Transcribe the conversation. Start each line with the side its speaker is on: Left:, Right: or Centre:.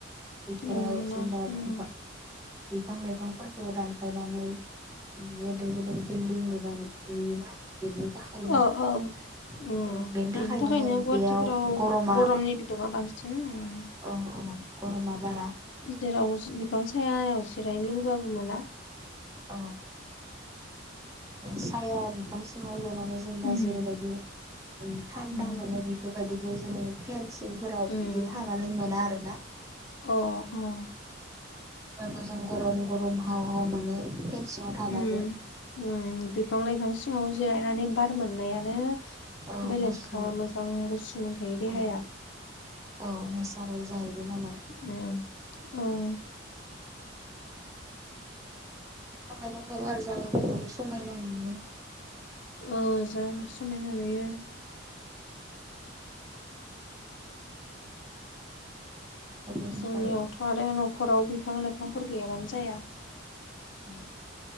Right: बेफोराव
Left: नुनो मोना
Right: जेनबा
Left: उम
Right: बिफा बिफां लाइफांफोरखौ दानफायनानै उम गोदोर गोदोर बिलदिं लुनानै बोयोना बेनि थाखायनो
Left: ओ औ।
Right: ओ
Left: उम
Right: बेनि
Left: बिनि थाखायनो गुवाहाटिफोराव
Right: बेयाव गरमा
Left: गरमनि बिदुङा बांसिन उम
Right: अ अ गरमा बारा।
Left: जेराव बिफां सायायाव जिरायनो लुबैबाबो मोना।
Right: अ। साया बिफां सिङाव जनानै जेनेबा
Left: उम
Right: जेरैबायदि उम थान्दा
Left: उम
Right: मोनो बेफोरबायदिखौ जोङो फेनसिंफोराव
Left: उम
Right: बिदि थानानै मोना आरोना। <inaudible>
Left: अ' अ'
Right: ब्लाबो जों गरम गरम हाव हाव मोनो फेन सिङाव थाबाबो।
Left: उम उम बिफां लाइफां सिङाव जिरायनानै बार मोननायानो
Right: औ
Left: बेलेगखा
Right: गुसु
Left: मोजां गुसु मोनखायो देहाया।
Right: औ औ नेसारेल जाहैबाय नालाय ‌।
Left: उम उम
Right: फां लाइफां थाबा आरो जागाफोरखौबो समायना नुयो।
Left: ओ जागा समायना नुयो।
Right: ओमफ्राय
Left: जोंनियावथ' आरो न'खराव बिफां लाइफांफोर गैयाबानो जाया।
Right: <inaudible>